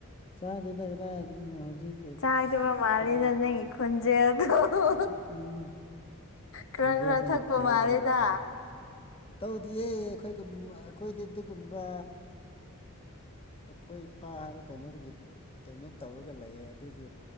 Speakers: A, on the left (about 25°); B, on the left (about 65°).
A: ꯆꯥꯗꯦꯗ ꯀꯗꯥꯏꯗꯅꯤꯅꯣ ꯍꯧꯖꯤꯛ
B: ꯆꯥꯛꯗꯕ ꯃꯥꯜꯂꯤꯦꯗ
A: ꯆꯥ
B: ꯅꯪꯒꯤ ꯈꯨꯣꯟꯖꯦꯜꯗ ꯑꯣ
A: ꯎꯝ
B: ꯈꯔ
A: ꯈꯣꯟꯖꯦꯜꯗꯨꯅ
B: ꯈꯔ ꯊꯛꯄ
A: ꯐꯥꯕ
B: ꯃꯥꯜꯂꯦꯗ
A: ꯇꯧꯗꯤꯌꯦ ꯑꯩꯈꯣꯏꯒ ꯑꯩꯈꯣꯏꯗꯤ ꯑꯗꯨꯒꯨꯝꯕ ꯑꯩꯈꯣꯏ ꯏꯄꯥ ꯍꯥꯏꯔꯣ ꯀꯩꯅꯣꯗꯒꯤ ꯀꯩꯅꯣ ꯇꯧꯔꯒ ꯂꯩꯌꯦ ꯑꯗꯨꯗꯤ